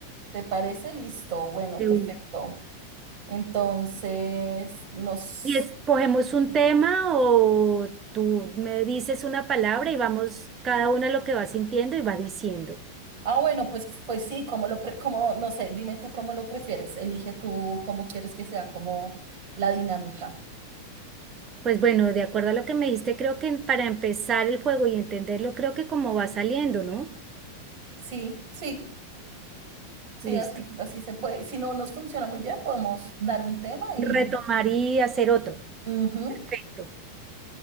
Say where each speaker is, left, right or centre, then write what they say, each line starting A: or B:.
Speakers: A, on the right; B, on the right.
A: ¿Te parece? Listo, bueno,
B: De
A: perfecto.
B: una.
A: Entonces, nos
B: ¿Y escogemos un tema o tú me dices una palabra y vamos cada una lo que va sintiendo y va diciendo?
A: Ah, bueno, pues, pues sí, como lo pre- como, no sé, dime tú cómo lo prefieres. Elige tú cómo quieres que sea como la dinámica.
B: Pues bueno, de acuerdo a lo que me diste, creo que para empezar el juego y entenderlo, creo que como va saliendo, ¿no?
A: Sí, sí. Sí,
B: Listo.
A: así, así se puede. Si no nos funciona muy bien, podemos dar un tema y...
B: Retomar y hacer otro.
A: Ujú.
B: Perfecto.